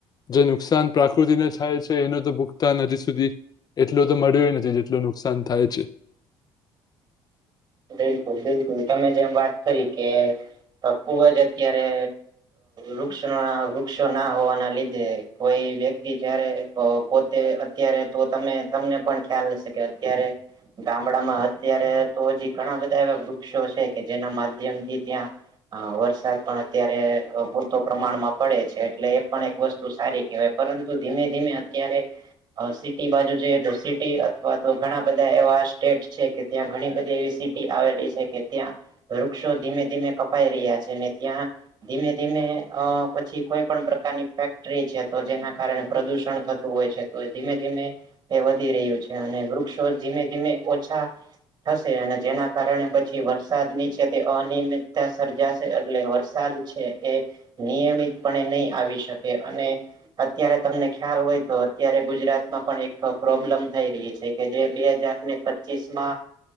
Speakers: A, on the left; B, on the right.
A: જે નુકસાન પ્રાકૃતિને થાય છે એનું તો ભુગતાન હજી સુધી એટલું તો મળ્યું નથી જેટલું નુકસાન થાય છે.
B: બિલકુલ બિલકુલ તમે જેમ વાત કરી કે ખુબ જ અત્યારે વૃક્ષ ના વૃક્ષો ના હોવાના લીધે કોઈ વ્યક્તિ જયારે પોતે અત્યારે તો તમે તમને પણ ખ્યાલ હશે કે અત્યારે ગામડામાં અત્યારે તો હજી ઘણા બધા એવા વૃક્ષો છે કે જેના માધ્યમ થી ત્યાં હ, વરસાદ પણ અત્યારે પૂરતો પ્રમાણમાં પડે છે, એટલે એ પણ એક વસ્તુ. સારી કહેવાય, પરંતુ ધીમે-ધીમે અત્યારે. સિટી બાજુ જોઈએ તો, સિટી અથવા તો ઘણા બધા એવા સ્ટેટ છે કે, ત્યાં ઘણી બધી એવી. આવેલી છે કે, ત્યાં વૃક્ષો ધીમે-ધીમે કપાઈ રહ્યા છે ને ત્યાં. ધીમે-ધીમે એ પછી કોઈ પણ પ્રકારની ફેક્ટરી છે, તો જેના કારણે પ્રદુષણ થતું હોય છે. તો ધીમે-ધીમે તે વધી રહ્યું છે, અને વૃક્ષો ધીમે-ધીમે ઓછા થશે, અને જેના કારણે પછી વરસાદની છે, તે અનિયમિતતા સર્જાશે, એટલે વરસાદ છે એ. નિયમિતપણે નહી આવી શકે, અને અત્યારે તમને ખ્યાલ હોય તો, અત્યારે ગુજરાતમાં પણ એક પ્રોબ્લેમ થઈ રહી છે. કે જે બે હજાર ને, પચીસ માં